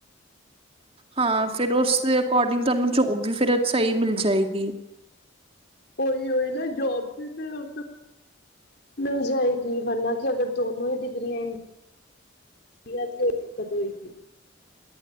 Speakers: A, on the right; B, on the left.
A: ਹਾਂ ਫਿਰ ਉਸਦੇ ਅਕੋਰਡਿੰਗ ਤੁਆਨੂੰ ਜੋਬ ਵੀ ਫਿਰ ਸਈ ਮਿਲ ਜਾਏਗੀ।
B: ਓਹੀ ਓਈ ਨਾ ਜੋਬ ਵੀ ਫਿਰ ਉਸ ਅਕੋ ਮਿਲ ਜਾਏਗੀ ਵਰਨਾ ਕੀ ਅਗਰ ਦੋਨੋਂ ਈ ਡਿਗਰੀਆਂ ਏਨੀ, ਡਿਗਰੀਆਂ ਦੀ ਓ ਦਿਕਤ ਹੋਏਗੀ।